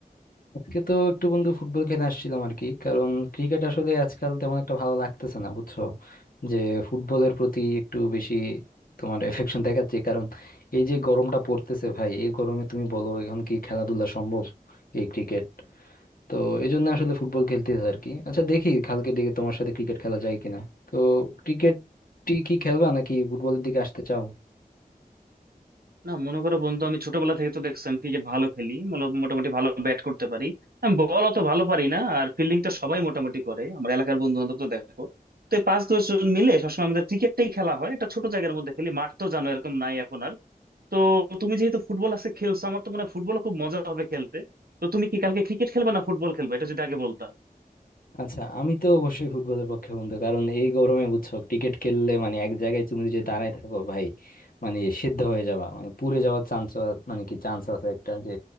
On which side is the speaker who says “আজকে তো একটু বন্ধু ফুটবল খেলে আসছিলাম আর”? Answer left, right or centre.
Left